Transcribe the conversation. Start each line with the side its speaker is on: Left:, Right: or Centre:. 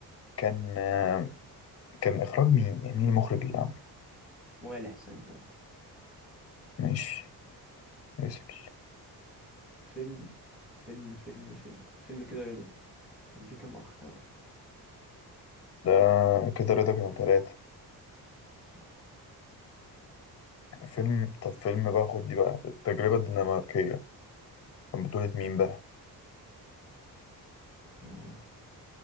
Left: كان آه، كان إخراج مين؟ يعني مين المخرج اللي عمله؟
Centre: وائل حسين طبعا
Left: ماشي ياسر
Centre: فيلم فيلم فيلم فيلم فيلم كده رضا كان فيه كام أخ توأم
Left: ده كده رضا كانوا تلاتة
Centre: صح
Left: فيلم طب فيلم بقى خد دي بقى التجربة الدنماركية كان بطولة مين بقى؟
Centre: أه